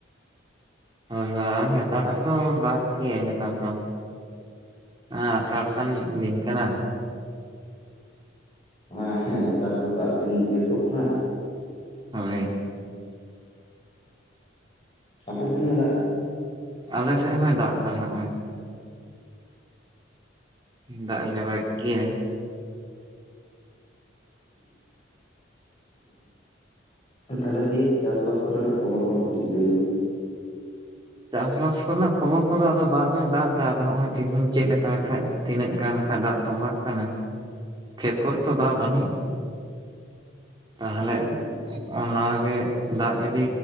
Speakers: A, on the right; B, on the left.
A: ᱦᱳᱭ ᱦᱳᱭ ᱟᱨ ᱱᱮᱛᱟᱨᱟᱜ ᱫᱚ ᱫᱟᱜ ᱜᱮ ᱱᱮᱛᱟᱨ ᱫᱚ ᱟᱥᱟᱲ ᱥᱟᱱ ᱟᱱ ᱞᱤᱝᱠ ᱠᱟᱱᱟ
B: ᱦᱮᱸ ᱦᱮᱸᱱᱮᱛᱟᱨ ᱛᱚ ᱫᱟᱜ ᱫᱤᱱ ᱜᱮ ᱛᱚ ᱠᱟᱱᱟ
A: ᱦᱳᱭ
B: ᱚᱸ ᱚᱯᱮ ᱥᱮᱱ ᱦᱚᱧ ᱫᱟᱜ ᱮᱫᱟ?
A: ᱟᱞᱮ ᱥᱮᱫ ᱦᱚᱧ ᱫᱟᱜ ᱮᱫᱟ ᱦᱚᱸᱜᱼᱚᱭ᱾ ᱫᱟᱜ ᱮ ᱡᱚᱨᱚᱭᱮᱫ ᱜᱮᱭᱟᱭ <inaudible>
B: ᱛᱟᱦᱚᱞᱮ ᱫᱤᱭᱮ ᱪᱟᱥᱵᱟᱥ ᱠᱚᱨᱮᱱᱟᱜ ᱠᱷᱚᱵᱚᱨ ᱠᱚᱦᱚᱸ ᱠᱟᱹᱴᱤᱡ ᱞᱟᱹᱭ ᱵᱤᱱ
A: ᱪᱟᱥᱵᱟᱥ ᱠᱚᱨᱮᱱᱟᱜ ᱠᱷᱚᱵᱚᱨ ᱠᱚᱫᱚ ᱟᱫᱚ ᱫᱟᱜ ᱫᱚᱭ ᱫᱟᱜ ᱮᱫᱟ ᱟᱫᱚ ᱱᱚᱜ ᱚᱭ ᱛᱮᱦᱮᱧ ᱪᱮᱫ ᱞᱮᱠᱟ ᱠᱷᱟᱡ ᱛᱤᱱᱟᱹᱜ ᱜᱟᱱ ᱟᱠᱟᱱ ᱫᱟᱜ ᱛᱚᱸᱵᱟᱜ ᱠᱟᱱᱟ ᱠᱷᱮᱛ ᱠᱚᱨᱮ ᱛᱚ ᱫᱟᱜ ᱵᱟᱹᱱᱩᱜᱼᱟ ᱛᱟᱦᱚᱞᱮ
B: ᱟᱪᱪᱷᱟ ᱟᱪᱪᱷᱟ
A: ᱚᱱᱟ ᱜᱮ ᱫᱟᱜ ᱡᱩᱫᱤ